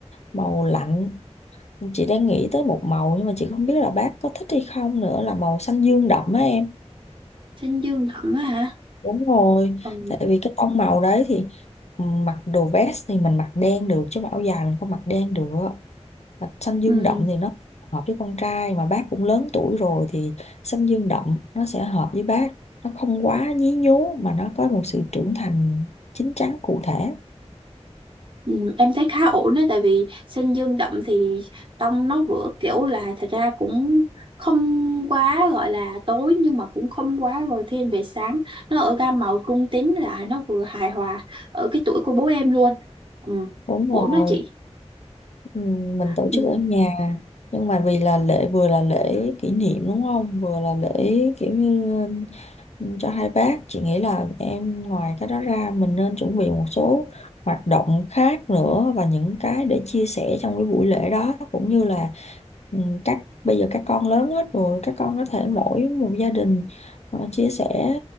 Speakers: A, on the left (about 70°); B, on the right (about 45°).
A: màu lạnh chị đang nghĩ tới một màu nhưng mà chị không biết là bác có thích hay không nữa là màu xanh dương đậm á em
B: xanh dương đậm á hả
A: đúng rồi
B: ừ.
A: tại vì cái tông màu đấy thì mặc đồ vest thì mình mặc đen được chứ mà áo dài mình không mặc đen được mà xanh dương
B: Ừ.
A: đậm thì nó hợp với con trai mà bác cũng lớn tuổi rồi thì xanh dương đậm nó sẽ hợp với bác nó không quá nhí nhố mà nó có một sự trưởng thành chín chắn cụ thể
B: ừ, em thấy khá ổn đấy, tại vì xanh dương đậm thì tông nó vừa kiểu là thật ra cũng không quá gọi là tối nhưng mà cũng không quá rồi thiên về sáng nó ở gam màu trung tính là nó vừa hài hòa ở cái tuổi của bố em luôn ừ.
A: đúng
B: ổn
A: rồi
B: đó chị
A: Ừ, mình tổ
B: Ừ.
A: chức ở nhà nhưng mà vì là lễ vừa là lễ kỷ niệm đúng không vừa là lễ kiểu như ừ, cho hai bác chị nghĩ là em ngoài cái đó ra mình nên chuẩn bị một số hoạt động khác nữa và những cái để chia sẻ trong cái buổi lễ đó cũng như là ừ, các bây giờ các con lớn hết rồi các con có thể mỗi một gia đình ờ, chia sẻ